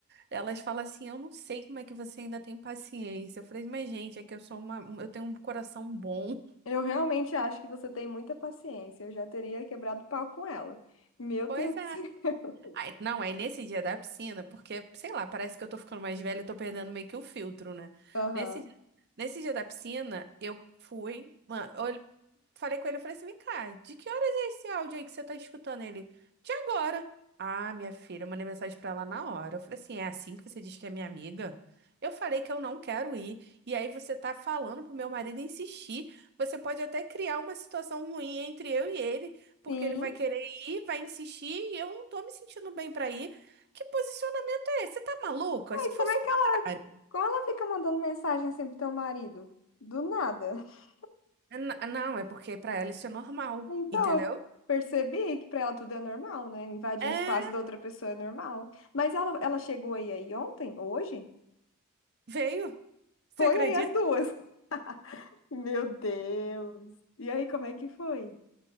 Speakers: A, on the right (about 50°); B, on the left (about 65°).
A: Elas falam assim: "Eu não sei como é que você ainda tem paciência". Eu falei: "Mas gente, é que eu sou uma, eu tenho um coração bom". <laughs>
B: Eu realmente acho que você tem muita paciência. Eu já teria quebrado pau com ela. Meu
A: Pois
B: Deus do
A: é.
B: céu. <laughs>
A: Aí- não, aí nesse dia da piscina, porque, sei lá, parece que eu tô ficando mais velha e tô perdendo meio que o filtro, né?
B: Aham.
A: Nesse, nesse dia da piscina, eu fui, mano, eu falei com ele, eu falei assim, vem cá, de que horas é esse áudio aí que você tá escutando ele? De agora. Ah, minha filha, eu mandei mensagem pra ela na hora. Eu falei assim, é assim que você diz que é minha amiga? Eu falei que eu não quero ir. E aí você tá falando pro meu marido insistir. Você pode até criar uma situação ruim entre eu e ele, porque
B: Sim.
A: ele vai querer ir, vai insistir e eu não tô me sentindo bem pra ir. Que posicionamento é esse? Você tá maluca?
B: Ai,
A: Se fosse
B: como é
A: o contrário.
B: Como ela fica mandando mensagem sempre pro teu marido? Do nada. <laughs>
A: É, n- Não, é porque pra ela isso é normal,
B: Então,
A: entendeu?
B: eu percebi que pra ela tudo é normal, né? Invadir
A: É,
B: o espaço da outra pessoa é normal. Mas ela, ela chegou aí, aí ontem, ou hoje?
A: veio. Você
B: Foi
A: acredita?
B: aí as duas. <laughs> Meu Deus. E aí, como é que foi?